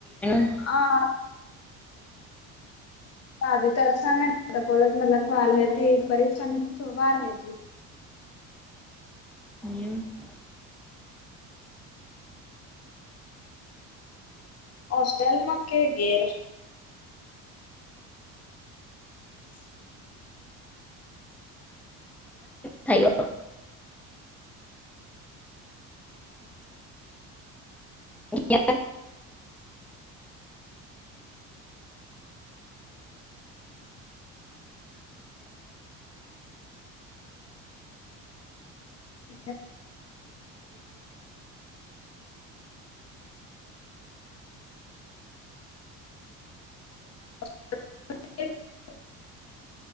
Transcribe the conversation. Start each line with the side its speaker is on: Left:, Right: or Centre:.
Centre: <unintelligible>
Left: હા હાજ તો અમે કોલેજમાં લખવાલ હતી પરીક્ષા ની થો વાર હ છે
Centre: <inaudible>
Left: હોસ્ટેલમાં કે ઘેર <inaudible>
Centre: થઈ <inaudible>
Left: <inaudible> <unintelligible>